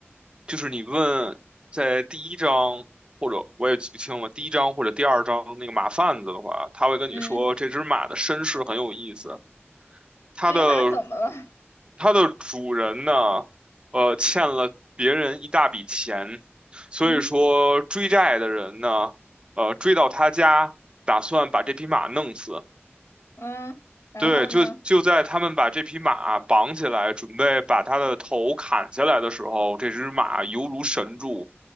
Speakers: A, on the right (about 25°); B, on the left (about 75°).
A: 就是你问在第一章或者我也记不清了，第一章或者第二章那个马贩子的话，他会跟你说这只马的身世很有意思，
B: 嗯，
A: 它的
B: 这只马怎么了？
A: 它的主人呢，呃，欠了别人一大笔钱，所以说追债的人呢，
B: 嗯
A: 呃，追到他家，打算把这匹马弄死。
B: 嗯，然后呢？
A: 对，就就在他们把这匹马绑起来，准备把它的头砍下来的时候，这只马犹如神助，